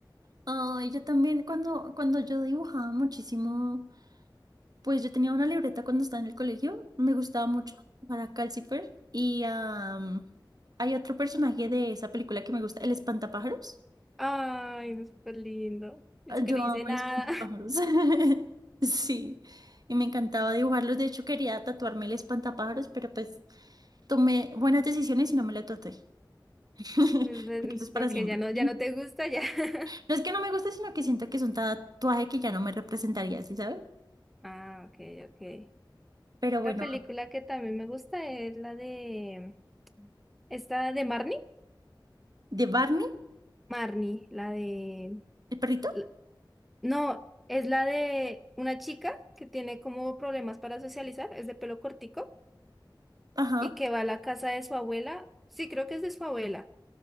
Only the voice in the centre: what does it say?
Ay, no, súper lindo. Eso
que no hice
nada.
<laughs> desde-
Porque
ya no, ya
no te gusta ya. <laughs>
Ah, ok, ok.
Otra película que también me gusta es la de. ¿Esta de Marnie?
Marnie, la de.
la- No, es la de una chica que tiene como problemas para socializar, es de pelo cortico
y que va a la casa de su abuela. Sí, creo que es de su abuela.